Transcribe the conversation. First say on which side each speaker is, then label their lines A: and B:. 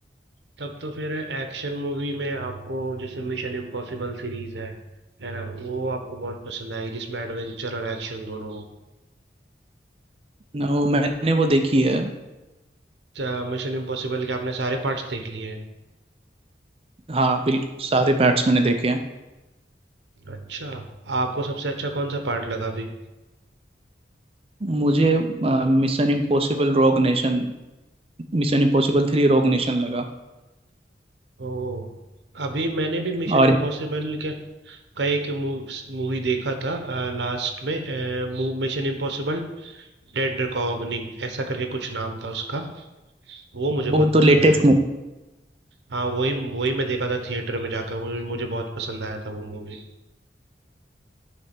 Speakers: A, on the right; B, on the right.
A: तब तो फिर एक्शन मूवी में आपको जैसे मिशन इम्पॉसिबल सीरीज है है ना वो आपको बहुत पसंद आई जिसमें एडवेंचर और एक्शन दोनों
B: न, वो मैंने वो देखी है
A: हो मिशन इम्पॉसिबल के आपने सारे पार्ट्स देख लिए हैं
B: हाँ बिल्कुल सारे पार्ट्स मैंने देखे हैं
A: अच्छा आपको सबसे अच्छा कौन सा पार्ट लगा अभी
B: मुझे Mission Impossible Rogue Nation Mission Impossible three Rogue Nation लगा
A: ओह अभी मैंने भी मिशन
B: और
A: इम्पॉसिबल के कई के मूवी देखा था लास्ट में मिशन इम्पॉसिबल डेड रिकॉग्निंग ऐसा करके कुछ नाम था उसका वो मुझे
B: वो
A: बहुत
B: तो
A: पसंद
B: लेटेस्ट
A: आया
B: मूवी
A: हाँ वही वही मैं देखा था थिएटर में जाकर वो मुझे बहुत पसंद आया था वो मूवी